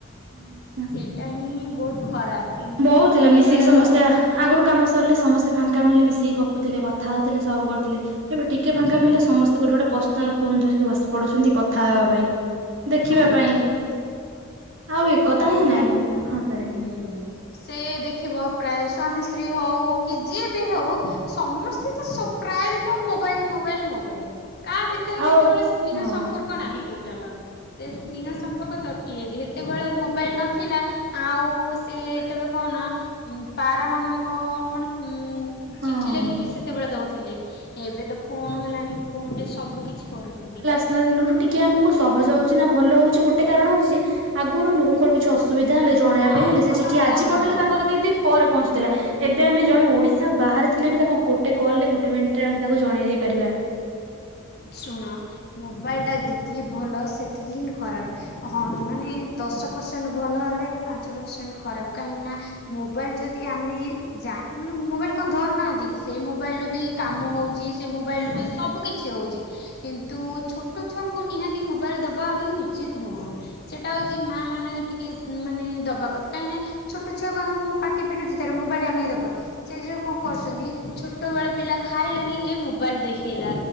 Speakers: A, on the right; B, on the left.
A: ଆଚ୍ଛା।
B: ସେଇଟା ହିଁ ବହୁତ ଖରାପ୍ କିନ୍ତୁ
A: ବହୁତ ଥିଲା
B: ପରିବାର
A: ମିଶିକି ସମସ୍ତେ ଆଗରୁ କାମ ସରିଲେ ସମସ୍ତେ ଫାଙ୍କା ମିଳିଲେ ମିଶିକି ଗପୁଥିଲେ କଥା ହଉଥିଲେ ସବୁ କରୁଥିଲେ ଏବେ ଟିକେ ଫାଙ୍କା
B: ନିହାତି
A: ମିଳିଲେ ସମସ୍ତେ ଗୋଟେ ଗୋଟେ ପର୍ସନାଲ୍ ଫୋନ୍ ଧରିକି ବସି ପଡୁଛନ୍ତି କଥା ହେବା ପାଇଁ। ଦେଖିବା
B: ହଁ
A: ପାଇଁ
B: ଠିକ୍ କଥା।
A: ଆଉ ଏକତା
B: ସେଇଟା
A: ହିଁ ନାହିଁ ସତରେ।
B: ହୁଁ ସେ ଦେଖିବ ପ୍ରାୟ ସ୍ଵାମୀ ସ୍ତ୍ରୀ ହଉ କି ଯିଏ ବି ହଉ ସମସ୍ତେ ତ ପ୍ରାୟ ଦେଖିବ ମୋବାଇଲ ମୋବାଇଲ ମୋବାଇଲ କାହା ଭିତ ରେ
A: ଆଉ
B: କେତେବେଳେ ସ୍ନେହ
A: ହଁ
B: ସମ୍ପର୍କ ନାହିଁ ଟୋଟାଲ। ସେ ସ୍ନେହ ସମ୍ପର୍କ ତୁଟିଯାଇଛି ଯେତେବେଳେ ମୋବାଇଲ ନଥିଲା ଆଉ ସେ ଯେତେବେଳେ କହନା ପାରା ମାନଙ୍କ ମାନେ ଉ
A: ହଁ।
B: ଚିଠି ଲେଖିକି ସେତେବେଳେ ଦଉଥିଲି ଏବେ ତ ଫୋନ୍ ହେଲାଣି। ଫୋନ୍ ରେ ସବୁ କିଛି କରୁଛନ୍ତି।
A: ଦିନରୁ ଟିକେ ଆମକୁ ସହଜ ହଉଛି ନା ଭଲ ହେଉଛି ଗୋଟେ କାରଣ ହଉଛି। ଆଗରୁ ଲୋକଙ୍କର କିଛି ଅସୁବିଧା ହେଲେ ଜଣେଇବା
B: ହଁ
A: ପାଇଁ ହେଲେ ସେ
B: ଭଲ
A: ଚିଠି
B: ମନ୍ଦ
A: ଆଜି ପଠେଇଲେ
B: ହଁ।
A: ତାଙ୍କର ଦି ଦିନ ପରେ ପହଞ୍ଚୁଥିଲା ଏବେ ଆମେ ଜଣେ ଓଡିଶା ବାହାରେ ଥିଲେ ବି ତାକୁ ଗୋଟ ଗୋଟେ କଲ୍ ରେ ଗୋଟେ ମିନିଟ୍ ରେ ଆମେ ତାକୁ ଜଣେଇଦେଇ ପାରିବା।
B: ଶୁଣ ମୋବାଇଲ ଟା ଯେତିକି ଭଲ ସେତିକି ହିଁ ଖରାପ୍ ହଁ ମାନେ ଦଶ ପରସେଣ୍ଟ୍ ଭଲ ହେଲେ ପାଞ୍ଚ ପରସେଣ୍ଟ ଖରାପ୍ କାହିଁକିନା ମୋବାଇଲ ଯଦି ଆମେ ଜାଣ ମାନେ ମୋବାଇଲ କଣ ଧରୁନାହାନ୍ତି ସେଇ ମୋବାଇଲ ରୁ ବି କାମ ହେଉଛି ସେଇ ମୋବାଇଲ ରୁ
A: ହଁ
B: ବି ସବୁ କିଛି ହେଉଛି କିନ୍ତୁ ଛୋଟ ଛୁଆଙ୍କୁ ନିହାତି ମୋବାଇଲ ଦବା ହିଁ ଉ ଉଚିତ୍ ନୁହଁ ସେଟା ହେଉଛି ମାଆମାନେ ଟିକେ ଉ ମାନେ ଦବା କଥା କାହିଁକି ନା ଛୋଟ ଛୁଆ କଣ ମୁଁ ପାଟି ଫିଟୁଛି ତାର ମୋବାଇଲ ଆମେ କି ଦବା। ସେ ଯଉ କଣ କରୁଛନ୍ତି ଛୋଟ ବେଳେ ପିଲା ଖାଇଲାନି ଏ ମୋବାଇଲ ଦେଖିଲା।